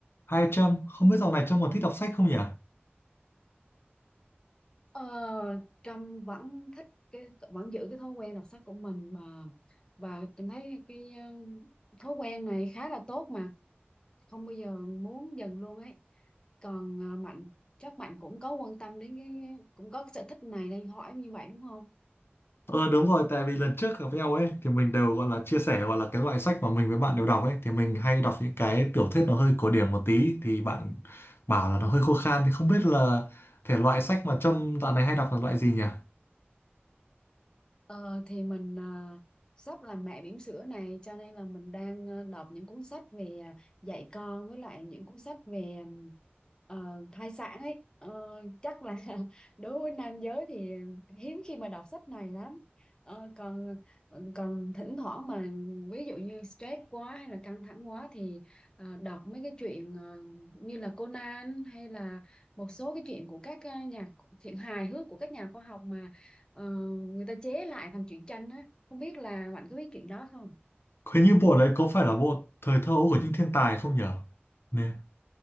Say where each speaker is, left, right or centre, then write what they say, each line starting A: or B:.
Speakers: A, on the left (about 70°); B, on the left (about 20°).
A: Hai trăm không biết dạo này Trâm còn thích đọc sách không nhỉ?
B: Ờ, Trâm vẫn thích cái vẫn giữ cái thói quen đọc sách của mình mà và Trâm thấy cái ờ, thói quen này khá là tốt mà không bao giờ muốn dừng luôn ấy còn ờ, Mạnh chắc Mạnh cũng có quan tâm đến cái cũng có cái sở thích này nên hỏi như vậy đúng không
A: Ờ đúng rồi, tại vì lần trước gặp nhau ấy thì mình đều gọi là chia sẻ gọi là cái loại sách mà mình với bạn đều đọc ấy thì mình hay đọc những cái tiểu thuyết nó hơi cổ điển một tí thì bạn bảo là nó hơi khô khan thì không biết là thể loại sách mà Trâm dạo này hay đọc là loại gì nhỉ?
B: Ờ, thì mình ờ, sắp làm mẹ bỉm sữa này cho nên là mình đang ờ, đọc những cuốn sách về ờ, dạy con với lại những cuốn sách về Ờ, thai sản ấy ờ, chắc là <laughs> đối với nam giới thì hiếm khi mà đọc sách này lắm Ờ, còn còn thỉnh thoảng mà ví dụ như stress quá hay là căng thẳng quá thì ờ, đọc mấy cái chuyện ờ, như là Conan hay là một số cái chuyện của các ờ, nhà chuyện hài hước của các nhà khoa học mà ờ, người ta chế lại thành truyện tranh á không biết là bạn có biết chuyện đó không
A: Hình như bộ đấy có phải là bộ Thời thơ ấu của những thiên tài không nhỉ? Nè.